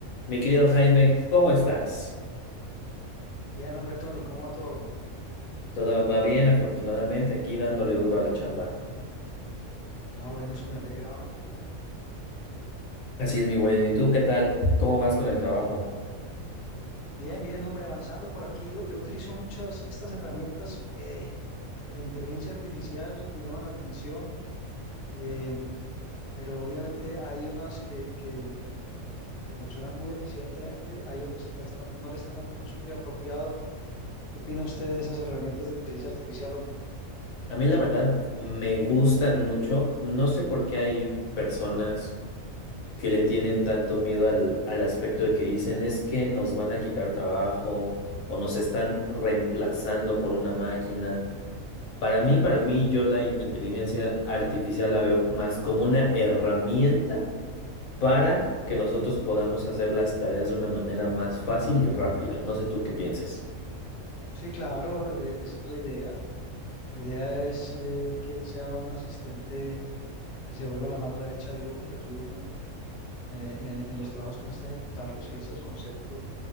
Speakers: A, on the left (about 80°); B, on the left (about 65°).
A: Mi querido Jaime, ¿cómo estás?
B: Bien, hombre, Tony, ¿cómo va todo?
A: Todo va bien, afortunadamente, aquí dándole duro a la chamba.
B: Ah, bueno, eso me alegra, hombre.
A: Así es, mi buen. ¿Y tú qué tal? ¿Cómo vas con el trabajo?
B: Bien, bien, hombre, avanzando por aquí. Yo, yo utilizo muchas estas herramientas eh, de la inteligencia artificial que me llaman la atención, eh, pero obviamente hay unas que, que, que funcionan muy eficientemente, hay otras que las están, no le están dando un uso muy apropiado. ¿Qué opina usted de esas herramientas de inteligencia artificial, hombre?
A: A mí, la verdad, me gustan mucho. No sé por qué hay personas que le tienen tanto miedo al, al aspecto de que dicen es que nos van a quitar trabajo o nos están reemplazando por una máquina. Para mí, para mí, yo la in- inteligencia artificial la veo más como una herramienta para que nosotros podamos hacer las tareas de una manera más fácil y rápida. No sé tú qué pienses.
B: Sí, claro, de- esa es la idea. La idea es eh, que sea un asistente que se vuelva la mano derecha de uno y le ayude a uno eh, en, en los trabajos que uno está ejecutando, sí, es el concepto